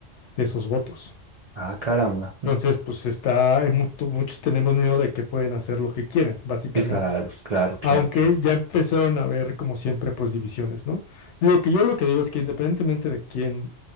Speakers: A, on the left (about 70°); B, on the right (about 55°).
A: de esos votos.
B: Ah, caramba. Mm.
A: Entonces, pues está, en mucho- muchos tenemos miedo de que pueden hacer lo que quieren, básicamente.
B: Claro, claro, claro,
A: Aunque
B: claro.
A: ya empezaron a haber, como siempre, pues divisiones, ¿no? Digo que yo lo que digo es que independientemente de quién,